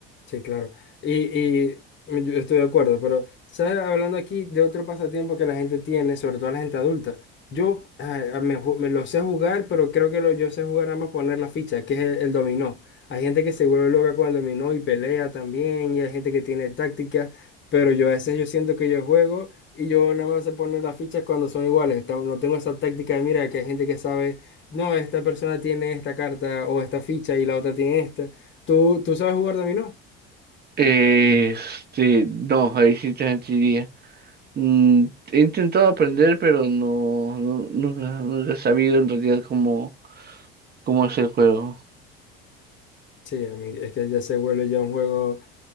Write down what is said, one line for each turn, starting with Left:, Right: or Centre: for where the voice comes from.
Left: Sí, claro. Y, y yo estoy de acuerdo, pero, ¿sabes? Hablando aquí de otro pasatiempo que la gente tiene, sobre todo la gente adulta. Yo ay, a- me, ju- me lo sé jugar, pero creo que lo, yo sé jugar nada más poner la ficha, que es el, el dominó. Hay gente que se vuelve loca con el dominó y pelea también, y hay gente que tiene táctica, pero yo a veces yo siento que yo juego y yo nada más sé poner las fichas cuando son iguales. ta- No tengo esa táctica de, mira, que hay gente que sabe, no, esta persona tiene esta carta o esta ficha y la otra tiene esta. ¿Tú, tú sabes jugar dominó?
Right: Este, no, ahí sí te mentiría. Mm, he intentado aprender, pero no, nu- nunca, nunca he sabido en realidad cómo, cómo es el juego.
Left: Sí, a mí es que ya se vuelve ya un juego.